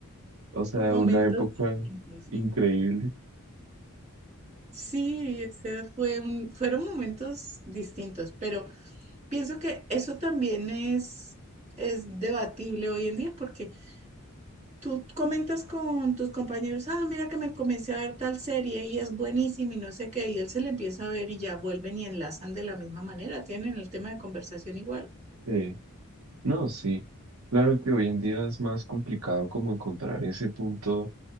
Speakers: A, on the right; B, on the right.
A: O sea,
B: momentos
A: una época
B: distintos.
A: increíble.
B: Sí, ese fue un- fueron momentos distintos, pero pienso que eso también es, es debatible hoy en día porque tú comentas con tus compañeros, ah, mira que me comencé a ver tal serie y es buenísima y no sé qué, y él se la empieza a ver y ya vuelven y enlazan de la misma manera, tienen el tema de conversación igual.
A: Sí. No, sí. Claro que hoy en día es más complicado como encontrar ese punto